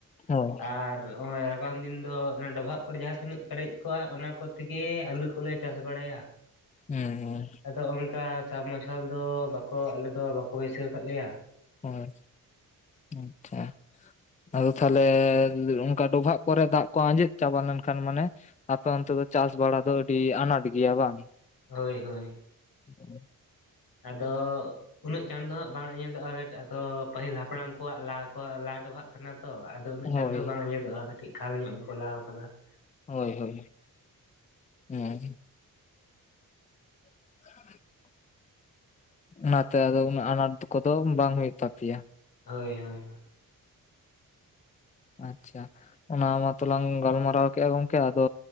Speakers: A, on the left; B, on the left.
A: ᱦᱳᱭ᱾
B: ᱟᱨ <unintelligible> ᱨᱟᱵᱟᱝ ᱫᱤᱱ ᱫᱚ ᱚᱱᱟ ᱰᱚᱵᱷᱟᱜ ᱠᱚᱨᱮ ᱡᱟᱦᱟᱸ ᱛᱤᱱᱟᱹᱜ ᱯᱮᱨᱮᱡ ᱠᱚᱜᱼᱟ ᱚᱱᱟ ᱠᱚ ᱛᱮ ᱜᱮ ᱟᱹᱞᱩ ᱠᱚ ᱞᱮ ᱪᱟᱥ ᱵᱟᱲᱟᱭᱟ᱾ <inaudible>
A: ᱦᱮᱸ ᱦᱮᱸ
B: ᱟᱫᱚ ᱚᱱᱠᱟ ᱥᱟᱵᱢᱟᱨᱥᱟᱞ ᱫᱚ ᱵᱟᱠᱚ ᱟᱞᱮᱫᱚ ᱵᱟᱠᱚ ᱵᱟᱹᱭᱥᱟᱹᱣ ᱠᱟᱜ ᱞᱮᱭᱟ᱾
A: ᱦᱳᱭ ᱟᱪᱪᱷᱟ ᱟᱫᱚ ᱛᱟᱦᱞᱮ ᱚᱱᱠᱟ ᱰᱚᱵᱷᱟᱜ ᱠᱚ ᱨᱮ ᱫᱟᱜ ᱠᱚ ᱟᱸᱡᱮᱫ ᱪᱟᱵᱟ ᱞᱮᱱ ᱠᱷᱟᱱ ᱢᱟᱱᱮ ᱟᱯᱮ ᱚᱱᱛᱮ ᱫᱚ ᱪᱟᱥ ᱵᱟᱲᱟ ᱫᱚ ᱟᱹᱰᱤ ᱟᱱᱟᱴ ᱜᱮᱭᱟ ᱵᱟᱝ?
B: ᱦᱳᱭ ᱦᱳᱭ ᱾
A: <unintelligible>
B: ᱟᱫᱚ ᱩᱱᱟᱹᱜ ᱪᱟᱸᱬ ᱫᱚ ᱦᱟᱸᱜ ᱵᱟᱝ ᱟᱸᱡᱮᱫᱚᱜᱼᱟ ᱾ ᱟᱫᱚ ᱯᱟᱹᱦᱤᱞ ᱦᱟᱯᱲᱟᱢ ᱠᱚᱣᱟᱜ <unintelligible> ᱞᱟ ᱰᱚᱵᱷᱟᱜ ᱠᱟᱱᱟ ᱛᱚ ᱟᱫᱚ ᱩᱱᱟᱹᱜ
A: ᱦᱳᱭ
B: ᱪᱟᱸᱬ ᱫᱚ ᱵᱟᱝ ᱟᱸᱡᱮᱫᱚᱜᱼᱟ ᱠᱟᱹᱴᱤᱡ ᱠᱷᱟᱞ ᱧᱚᱜ ᱜᱮᱠᱚ ᱞᱟᱣ ᱟᱠᱟᱫᱟ ᱾
A: ᱦᱳᱭ ᱦᱳᱭ ᱾ <unintelligible> ᱦᱮᱸ᱾ <inaudible> ᱚᱱᱟᱛᱮ ᱟᱫᱚ ᱩᱱᱟᱹᱜ ᱟᱱᱟᱴ ᱠᱚᱫᱚ ᱵᱟᱝ ᱦᱩᱭᱩᱜ ᱛᱟᱯᱮᱭᱟ ᱾
B: ᱦᱳᱭ ᱦᱳᱭ ᱾ <inaudible>
A: <unintelligible> ᱟᱪᱪᱷᱟ ᱾ ᱚᱱᱟ ᱢᱟᱛᱚᱞᱟᱝ ᱜᱟᱞᱢᱟᱨᱟᱣ ᱠᱮᱜᱼᱟ ᱜᱚᱝᱠᱮ, ᱟᱫᱚ